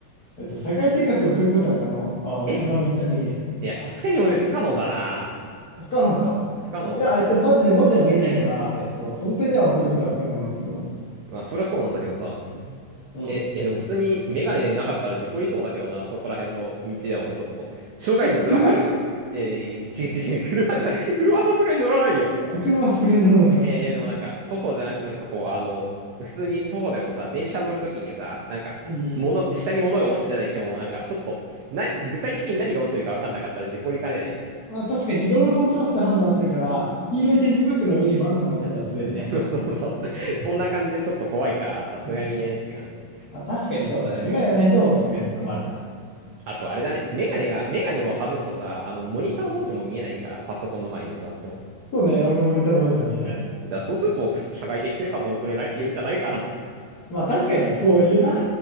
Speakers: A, on the left; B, on the right.
A: えっと、社会生活を送ることは可能。あー、
B: え、
A: 車の運転はできないけど。
B: いや、さすがに俺不可能だな。
A: 不可能か。
B: 不可能。
A: いや、えっと、マジで文字は見えないから、えっと、その点では送ることは不可能なんだけど。
B: まあ、そりゃそうなんだけどさ。
A: うん。うん
B: え、え、でも普通にメガネなかったら事故りそうだけどな、そこら辺の道でもちょっと。障害物わかるけど。
A: え、車
B: えー、ち、違う違う車じゃない。車はさすがに乗らないよ。
A: あ車はさすがに乗らないか。
B: えー、でもなんか、徒歩じゃなくて、なんかこう、あの、普通に徒歩でもさ、電車乗るときにさ、なんか、
A: うんうん
B: 物、下に物が落ちてたりしても、なんか、ちょっと、な、具体的に何が落ちてるかわかんなかったら事故りかねないじゃん。
A: まあ、確かに色のコントラストで判断してるから、黄色い点字ブックの上にバナナ置いてあったら滑るね。
B: <laughs> そうそう。
A: うん。
B: そんな感じでちょっと怖いから、さすがにねって感じ。
A: うんまあ、確かにそうだね。メガネがないとさすがに困るな。
B: あとあれだね。メガネが、メガネを外すとさ、あの、モニターの文字も見えないから、パソコンの前に座っても。
A: そうね、俺もモニターの文字は見えない。
B: だからそうすると、社会的生活を送れないって言うんじゃないかな。
A: まあ確かにそう言うな。